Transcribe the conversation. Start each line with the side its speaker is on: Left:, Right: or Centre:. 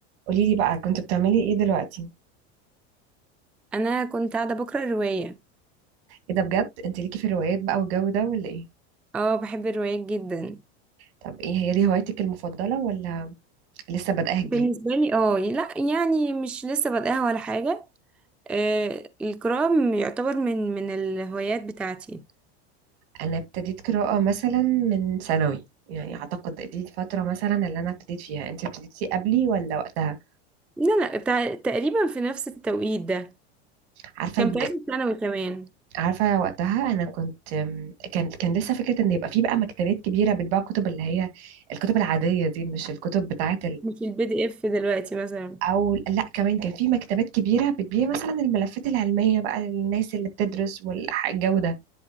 Right: قولي لي بقى كنت بتعملي ايه دلوقتي
Centre: انا كنت قاعده بقرا روايه
Right: ايه ده بجد انت ليكي في الروايات بقى والجو ده ولا ايه
Centre: اه بحب الروايات جدا
Right: طب ايه هي دي هوايتك المفضلة ولا لسه بدأها جديد
Centre: بالنسبه لي اه لا يعني مش لسه بادئها ولا حاجه آه القراءه م- يعتبر من من الهوايات بتاعتي
Right: انا ابتديت قراءة مثلا من ثانوي يعني اعتقد دي فترة مثلا اللي انا ابتديت فيها انت ابتديتي قبلي ولا وقتها
Centre: لا لا بتاع تقريبا في نفس التوقيت ده
Right: عارفة
Centre: كان
Right: البداية
Centre: في اخر ثانوي كمان
Right: عارفة وقتها انا كنت أم، كان كان لسه فكرة ان يبقى في بقى مكتبات كبيرة بتباع كتب اللي هي الكتب العادية دي مش الكتب بتاعة
Centre: مش البي دي اف دلوقتي مثلا
Right: او لا كمان كان في مكتبات كبيره بتبيع مثلا الملفات العلميه بقى للناس اللي بتدرس والجو ده